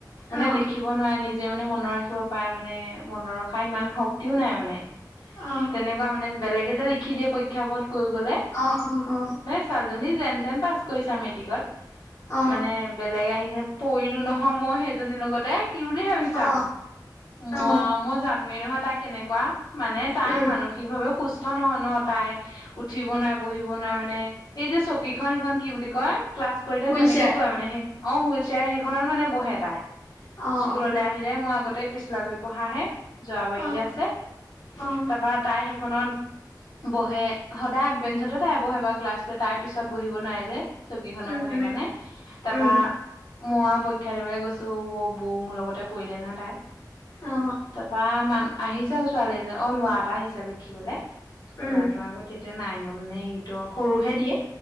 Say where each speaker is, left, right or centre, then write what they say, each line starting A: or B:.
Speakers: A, on the left; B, on the left.
A: মানে
B: অ
A: লিখি নোৱাৰে নিজে মানে মনত ৰাখিব পাৰে মানে মনত ৰখা ইমান শক্তিও নাই মানে
B: অ
A: তেনেকুৱা মানে বেলেগে যে লিখি দিয়ে পৰীক্ষাবোৰ কৈ গলে
B: অ অ অ
A: ছোৱাল জনী যেন তেন পাছ কৰিছে মেট্ৰিকত
B: অ
A: মানে বেলেগ আহিছে পৰিলো নহয় মই সেইজনীৰ লগতে কি বুলি ভাবিছা
B: অ
A: আৰু ম
B: অ
A: মই জানোয়েই নহয় তাই কেনেকুৱা মানে তাই
B: উম
A: মানসিক সিকভাৱে সুস্থ নহয় ন তাই উঠিব নাই বহিব নাই মানে এই যে চকীখনন সেইখন কি বুলি কয় ক্লাছ কৰিলে
B: হুইল
A: তেনেকে
B: চেয়াৰ
A: কৰে মানে সেই অ হুইল চেয়াৰ সেইখনত মানে বহে তাই
B: অ
A: স্কুললৈ
B: অ
A: আহিলে মই আগতেই পিছলাগুৰিত পঢ়াহে জৰাবাৰিত
B: অ
A: যে আছে
B: অ
A: তাৰপা তাই সেইখনত বহে সদায় আগবেঞ্চতে তাই বহে বাৰ ক্লাছকৈ তাৰ পিছত বহিব নোৱাৰে যে চকী খনত
B: উম
A: বহে
B: উম
A: সেইকাৰণে তাৰপা
B: উম
A: মইয়া পৰীক্ষা দবলৈ গৈছো বৌ মোৰ লগতে পৰিলে নহয় তাই
B: অ
A: তাৰপা মান আহিছে আৰু ছোৱালী এজন অ লৰা এটা আহিছে লিখিবলে
B: উম
A: লৰাটো আক তেতিয়া নাইন নে এইটৰ সৰুহে দিয়ে